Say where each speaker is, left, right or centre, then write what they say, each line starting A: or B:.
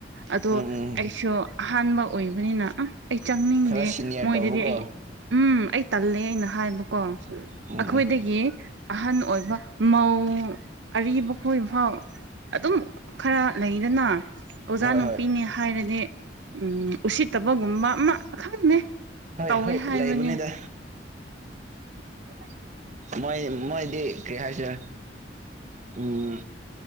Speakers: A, on the right; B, on the right.
A: ꯑꯗꯣ
B: ꯎꯝ ꯎꯝ
A: ꯑꯩꯁꯨ ꯑꯍꯥꯟꯕ ꯑꯣꯏꯕꯅꯤꯅ ꯑꯩ ꯆꯪꯅꯤꯡꯗꯦ
B: ꯈꯔ ꯁꯤꯅꯤꯌꯔ
A: ꯃꯣꯏꯗꯗꯤ
B: ꯇꯧꯕꯀꯣ
A: ꯑꯩ ꯎꯝ ꯑꯩ ꯇꯜꯂꯦꯅ ꯑꯩꯅ ꯍꯥꯏꯕꯀꯣ
B: ꯎꯝ
A: ꯑꯩꯈꯣꯏꯗꯒꯤ
B: ꯎꯝ
A: ꯑꯍꯟ ꯑꯣꯏꯕ ꯃꯧ ꯑꯔꯤꯕ ꯈꯣꯏꯕ ꯐꯥꯎ ꯑꯗꯨꯝ ꯈꯔ ꯂꯩꯗꯅ ꯑꯣꯖꯥ
B: ꯍꯣꯏ
A: ꯅꯨꯄꯤꯅꯦ
B: ꯍꯣꯏ
A: ꯍꯥꯏꯔꯗꯤ ꯎꯁꯤꯠꯇꯕꯒꯨꯝꯕ ꯑꯃ ꯈꯪꯗꯦ
B: ꯍꯣꯏ
A: ꯇꯧꯋꯦ
B: ꯍꯣꯏ
A: ꯍꯥꯏꯕꯅꯦ
B: ꯂꯩꯕꯅꯤꯗ
A: <inaudible>
B: ꯃꯣꯏ ꯃꯣꯏꯗꯤ ꯀꯩ ꯍꯥꯏꯁꯤꯔ ꯎꯝ